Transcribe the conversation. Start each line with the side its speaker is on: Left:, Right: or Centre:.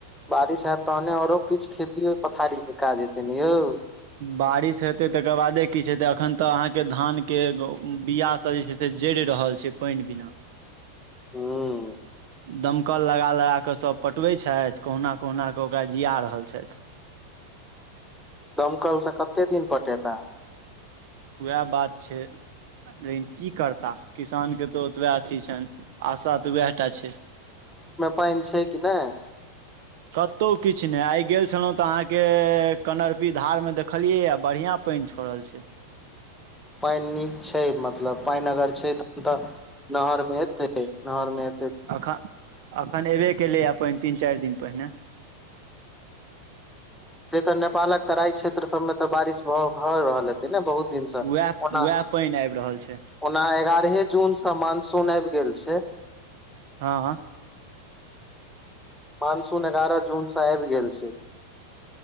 Centre: बारिश हयत तहने औरो किछु खेती पथारी के काज हेतै ने यौ। <unintelligible>
Right: बारिश हेतै तकर बादे किछु हेतै एखन तऽ अहाँके धानके गहु बीआाससभ जे छै से जरि रहल छै पानि बिना। <unintelligible>
Centre: हँ। <unintelligible>
Right: दमकल लगा-लगा कऽ सभ पटबै छथि कहुना-कहुना कऽ ओकरा जिया रहल छथि। <unintelligible>
Centre: दमकल से कते दिन प। <unintelligible> खेता। <inaudible>
Right: उएह बात छै लेकिन की करता किसान के तऽ ओतबे अथी छनि। <unintelligible> आशा तऽ उएह टा छै। <unintelligible>
Centre: पायन छै कि न
Right: कतहु किछु नहि आइ गेल छलहुँ तऽ अहाँके कनरपी धारमे देखलियैए बढ़िआँ पायन छोड़ल छै
Centre: पायन नीक छै मतलब पायन अगर छै तखन तऽ नहरमेतै नहरमे
Right: अखन अखन एबे केलै आब प तीन चार दिन पहिने
Centre: से तऽ नेपालक तराई क्षेत्र सबमे तऽ बारिश ब भऽ रहल हेतै ने बहुत इन सब
Right: उएह
Centre: ओना
Right: उएह पानि आबि रहल छै
Centre: ओना एगारहे। जून से मानसून आब गेल छय।
Right: हँ
Centre: मॉानसून एगारह जूनसँ आबि गेल छै।